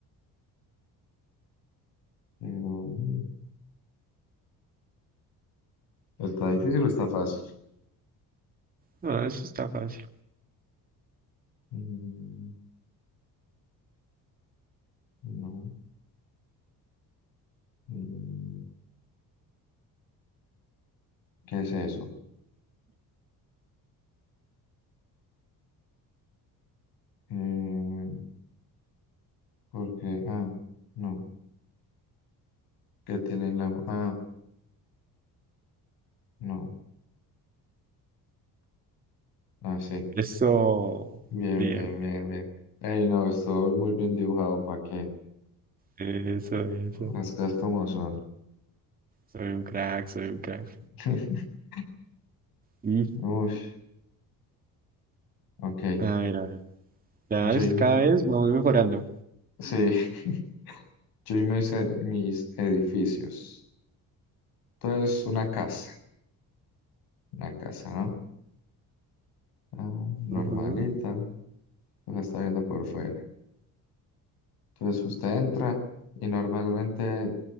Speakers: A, on the left; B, on the right.
A: pero mm, ¿está difícil o está fácil?
B: No, eso está fácil.
A: Mm, no. Mm, ¿qué es eso? Eh, porque, ah, no. ¿Qué tiene en la mano? Ah, no. Ah, sí.
B: Eso,
A: Bien,
B: bien,
A: bien, bien, bien. Ey, no, estuvo muy bien dibujado. ¿Para qué?
B: eso, eso.
A: Las cosas como son.
B: Soy un crack, soy un crack.
A: <laughs>
B: Y,
A: Uf, ok.
B: a ver, a ver. Ya
A: Yo
B: es,
A: y mi...
B: cada vez vamos mejorando.
A: Sí, <laughs> yo y mis, e- mis edificios. Entonces, una casa. Una casa, ¿no? Ah, normalita.
B: Ujú.
A: La está viendo por fuera. Entonces, usted entra y normalmente,